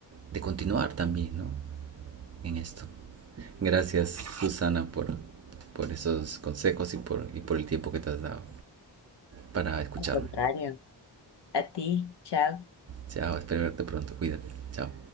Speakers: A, on the right; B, on the left.
A: de continuar también, ¿no? En esto. Gracias, Susana, por, por esos consejos y por, y por el tiempo que te has dado para escucharme.
B: Al contrario, a ti, chao.
A: Chao, espero verte pronto. Cuídate. Chao.